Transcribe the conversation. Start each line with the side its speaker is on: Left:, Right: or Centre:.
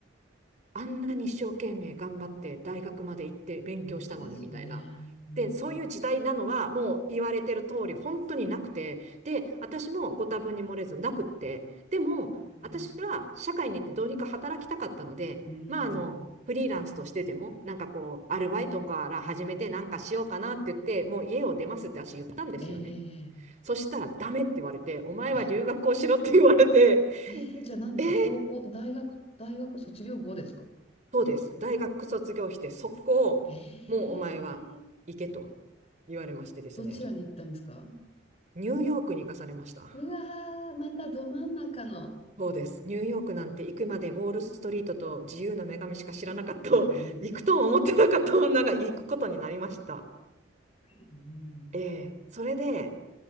Right: あんなに一生懸命頑張って大学まで行って勉強したのにみたいな。
Left: 本当ですよね。うん。
Right: で、そういう時代なのはもう言われてる通り本当になくて、で、私もご多分に漏れずなくって、でも私は社会に行ってどうにか働きたかったので、
Left: うん。うん。
Right: まああの、フリーランスとしてでも、なんかこう、アルバイトから始めてなんかしようかなって言って、
Left: うん。うん
Right: もう家を出ますって私言ったんですよね。
Left: ええええ
Right: そしたらダメって言われて、お前は留学をしろって言われて、
Left: あ、ええじゃあ何ですか高校、
Right: えー
Left: 大学、大学卒業後ですか
Right: そうです。大学卒業して、そこを、
Left: ええ
Right: もうお前は行けと言われましてですね。
Left: どちらに行ったんですか
Right: ニューヨークに行かされました。
Left: うわー、またど真ん中の。
Right: そうです。ニューヨークなんて行くまでウォールストリートと自由の女神しか知らなかった、
Left: いや、
Right: <laughs>
Left: 本当ですよ。
Right: 行くとも思ってなかった女が行くことになりました。
Left: うん。
Right: ええ、それで、